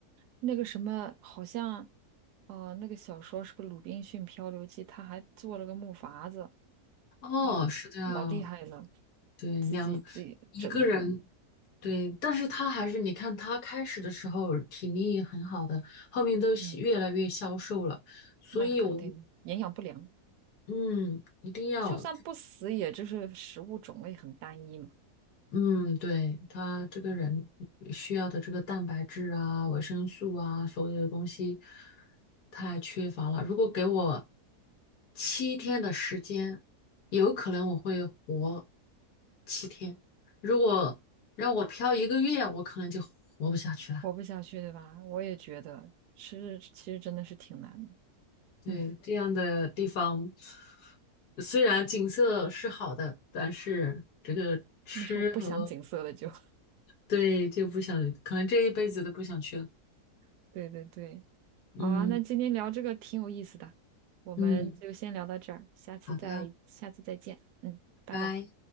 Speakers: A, on the right; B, on the left.
A: 那个什么，好像，呃，那个小说是个《鲁滨逊漂流记》，他还做了个木筏子，
B: 哦，
A: 就老厉害了，
B: 是的，对，
A: 自己自己整一个，
B: 两一个人对，但是他还是，你看他开始的时候体力也很好的，后面都是越来越消瘦了，
A: 嗯，
B: 所以我们
A: 那肯定的，营养不良，
B: 嗯一定要
A: 就算不死，也就是食物种类很单一嘛，
B: 嗯，对，他这个人需要的这个蛋白质啊、维生素啊，所有的东西太缺乏了。如果给我七天的时间，有可能我会活七天；如果让我漂一个月，我可能就活不下去了。
A: 活不下去，对吧？我也觉得吃，其实真的是挺难的，
B: 对，
A: 嗯，
B: 这样的地方，虽然景色是好的，但是这个吃和
A: 那时候不想景色了就，
B: 对就不想，可能这一辈子都不想去了。
A: <laughs> 对对对，
B: 嗯
A: 好啊，那今天聊这个挺有意思的，我们就先聊到这儿，
B: 嗯，
A: 下次再下次再见，
B: 好的，
A: 嗯，拜拜。
B: 拜拜。